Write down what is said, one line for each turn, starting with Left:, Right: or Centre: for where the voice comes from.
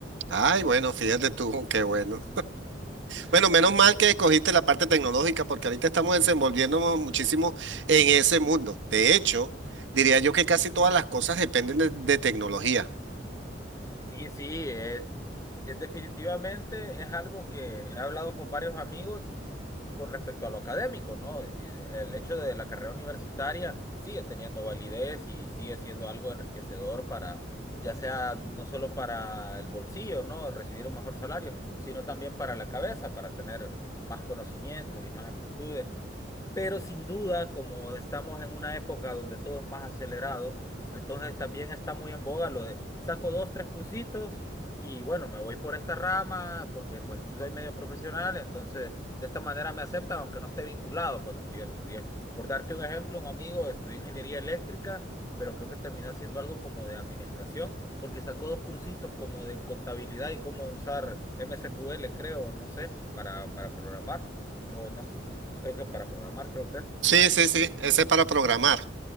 Right: Ay, bueno, fíjate tú, qué bueno. Bueno, menos mal
Left: Sí,
Right: que escogiste la parte tecnológica porque ahorita estamos desenvolviéndonos muchísimo en ese mundo. De hecho, diría yo que casi todas las cosas dependen de, de tecnología.
Left: sí, sí, es, es definitivamente es algo que he hablado con varios amigos con respecto a lo académico, ¿no? Y el hecho de la carrera universitaria sigue teniendo validez y sigue siendo algo enriquecedor para, ya sea no solo para el bolsillo, ¿no? Recibir un mejor salario, sino también para la cabeza, para tener más conocimientos y más aptitudes. Pero sin duda, como estamos en una época donde todo es más acelerado, entonces también está muy en boga lo de saco dos, tres cursitos y bueno, me voy por esta rama porque pues soy medio profesional, entonces de esta manera me aceptan aunque no esté vinculado con lo que yo estudié. Por darte un ejemplo, un amigo estudió ingeniería eléctrica, pero creo que terminó haciendo algo como de administración porque sacó dos cursitos como de contabilidad y cómo usar MSQL, creo, no sé, para, para programar o no sé, creo que para programar, creo que es.
Right: Sí, sí,
Left: Ent-
Right: sí, ese es para programar.